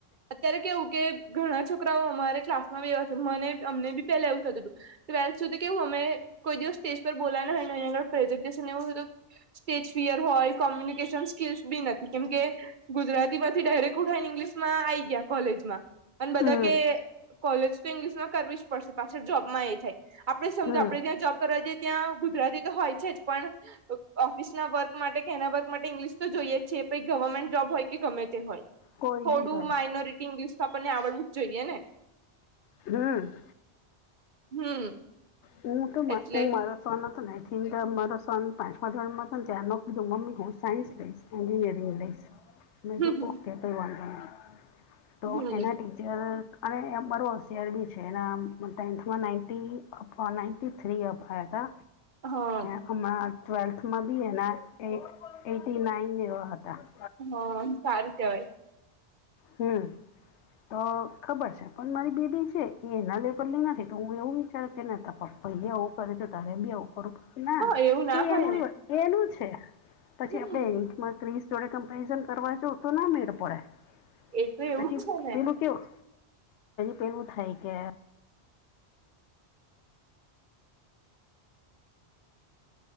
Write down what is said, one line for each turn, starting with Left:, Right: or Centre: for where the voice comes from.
Right: ત્યારે કેવું કે ઘણા છોકરાઓ અમારે ક્લાસમાં બવા છે મને અમને બી પેલાવું થતું હતું. ટ્વેલ્થ સુધી કેવું અમે કોઈ દિવસ સ્ટેજ પર બોલા અહીં આગળજિવનેધ સ્ટેજ ફિયર હોય કોમ્યુનિકેશન સ્કીલ્સ બી નથી કેમ કે ગુજરાતી થી ડાયરેક્ટ ઉઠાને ઇંગ્લિશમાં આ આવી ગયા કોલેજમાં અને બધા
Left: હમ
Right: કે કોલેજ તો ઇંગ્લિશ માં કરવી જ પડશે પાછળ જોબમાં એ થાય આપણેે સમજ
Left: હમ.
Right: આપણે ત્યાં જોબ તો જે ત્યાં ગુજરાતી તો હોય છે જ પણ ઓફિસ ના વર્ક માટે કે એના વર્ક માટે ઇંગ્લિશ તો જોઈએ જ છેીએ પ ગવર્મેન્ટ જોબ હોય કે ગમે
Left: કોઈ
Right: થોડું
Left: બી હોય
Right: માનોરિટીંગ આપણને આવડવું જ જોઈએ ને
Left: હમ
Right: હમ.
Left: હું તો મા
Right: એટલે
Left: માર. સોનો તો ના થિંક મારો સોન પાંચ પાંચ વારમાં હતો ત્યાં નો કીુંમ્મી હું સાયન્સ લઈશ એન્જિનિયરિંગ લઈશ. હ. મેધું
Right: હમ
Left: ઓકે કઈ વાંધો નહી તો
Right: હમ
Left: એના ટીચર અને બરો ર બી છે એના ટેન્થમાં નાન્ટી નાન્ટી થ્રી અપાયા
Right: હા
Left: હતા. <unintelligible> ટ્વેલ્થમાં બી એના એ એટી નાઈન એવા હતા. <inaudible>
Right: હા સારું કેવાય
Left: હમ્મ તો ખબર છે પણ મારી બે બી છે એ <unintelligible> નથી તો હું એવું વિચારું કે ન તા પપ્પા એ એવું કરે તો તારે બી એવું કરું ના
Right: હા એવું ના
Left: એ
Right: હોય
Left: એનું
Right: ને
Left: એનું છે પછી
Right: હમ
Left: આપડે <unintelligible> જોડે કમ્પેરિઝન કરવા જોવ તો ના મેડ પડે
Right: એ તો એવું
Left: પછી
Right: જ છે ને
Left: પેલું કેવું કેવું થાય કે